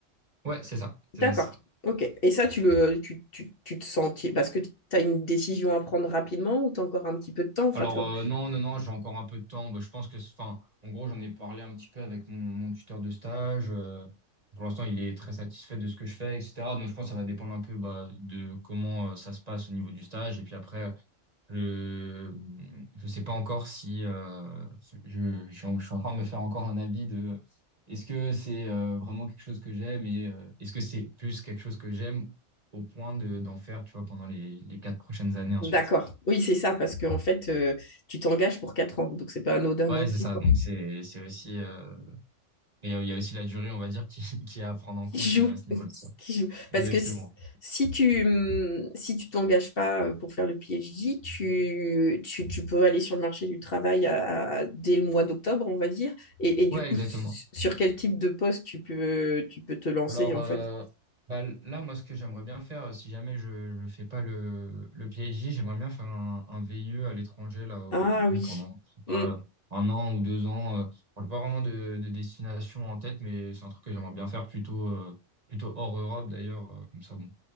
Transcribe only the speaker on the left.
D'accord.
Ok. Et ça, tu le, tu, tu, tu te sens, tu- parce que tu as une décision à prendre rapidement ou tu as encore un petit peu de temps, enfin,
tu vois.
D'accord. Oui, c'est ça, parce qu'en fait, euh, tu t'engages pour 4 ans, donc c'est pas anodin
non plus,
quoi.
Qui
joue?
<laughs> Qui joue?
Parce que si si tu hum, si tu t'engages pas euh, pour faire le PhD, tu, tu, tu peux aller sur le marché du travail à- à- dès le mois d'octobre, on va dire. Et, et du
coup,
s- sur quel type de poste tu peux, tu peux te lancer,
en
fait?
Ah
oui.
Hum,